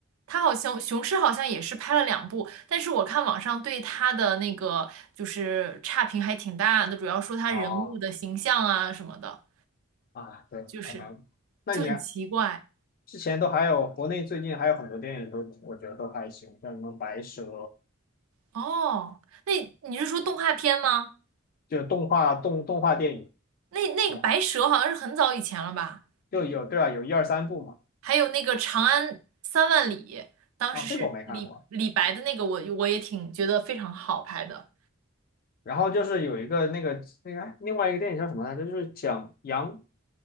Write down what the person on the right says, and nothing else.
他好像雄狮好像也是拍了两部，但是我看网上对他的那个就是差评还挺大的，主要说他人物的形象啊什么的，
就是
就很奇怪。
哦，那你是说动画片吗？
那那个白蛇好像是很早以前了吧？
还有那个《长安三万里》，当时是李李白的那个我，
我也挺觉得非常好拍的，